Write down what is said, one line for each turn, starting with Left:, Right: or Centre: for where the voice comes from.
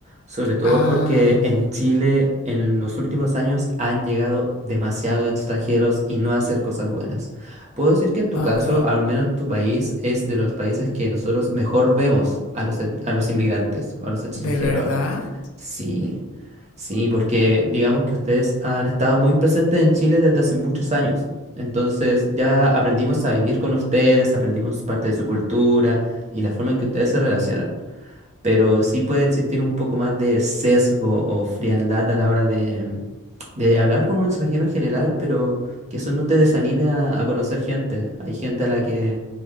Right: sobre todo
Left: Ah,
Right: porque en Chile en los últimos años han llegado demasiados extranjeros y no a hacer cosas buenas. Puedo decir que en tu
Left: ok.
Right: caso, al menos tu país es de los países que nosotros mejor vemos a los, ex- a los inmigrantes, a los extranjeros.
Left: ¿De verdad?
Right: Sí, sí, porque digamos que ustedes han estado muy presentes en Chile desde hace muchos años. Entonces ya aprendimos a vivir con ustedes, aprendimos parte de su cultura y la forma en que ustedes se relacionan. Pero sí puede existir un poco más de sesgo o frialdad a la hora de, de hablar con un extranjero en general, pero que eso no te desanime a, a conocer gente. Hay gente a la que